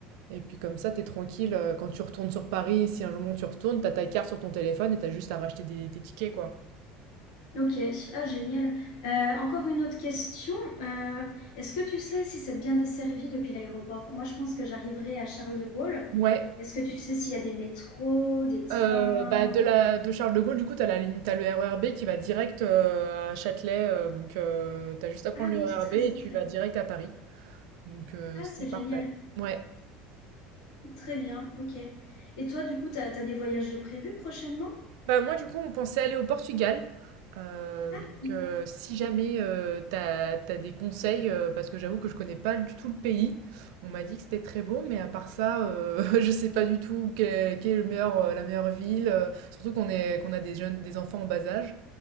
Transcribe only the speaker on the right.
et puis comme ça, t'es tranquille, heu, quand tu retournes sur Paris, si un jour tu retournes, t'as ta carte sur ton téléphone et t'as juste à racheter des tes tickets, quoi.
Ouais,
heu, bah, de
la de Charles de Gaulle, du coup, t'as la ligne tu as le RER B qui va direct, heu, à Châtelet, heu, donc heu, tu juste à prendre
le
RER
B et
tu vas direct à Paris, donc heu,
c'est
parfait.
Ouais.
Bah, moi, du coup, on pensait aller au Portugal. Euh,
donc,
euh, si jamais euh, t'as, t'as des conseils, euh, parce que j'avoue que je connais pas du tout le pays, on m'a dit que c'était très beau, mais à part ça, euh, <laughs> je sais pas du tout quelle est le meilleur, euh, la meilleure ville, euh, surtout qu'on est, qu'on a des jeunes, des enfants en bas âge.